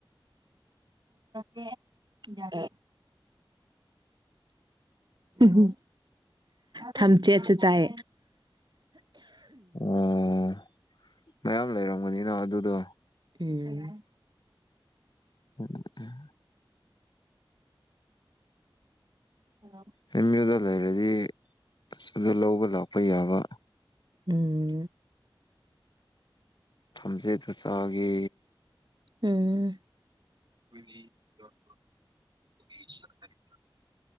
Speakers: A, on the right; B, on the left.
A: ꯦ ꯌꯥ ꯎꯝ ꯊꯝꯆꯦꯠꯁꯨ ꯆꯥꯏ
B: ꯑꯣ ꯃꯌꯥꯝ ꯂꯩꯔꯝꯕꯅꯤꯅ ꯑꯗꯨꯗꯣ
A: ꯎꯝ
B: ꯑꯣꯝ
A: ꯍꯂ
B: ꯑꯦꯝ ꯌꯨꯗ ꯂꯩꯔꯗꯤ ꯑꯁ ꯑꯗꯨ ꯂꯧꯕ ꯂꯥꯛꯄ ꯌꯥꯕ
A: ꯎꯝ
B: ꯊꯝꯖꯦꯗꯨ ꯆꯒꯦ
A: ꯎ <unintelligible>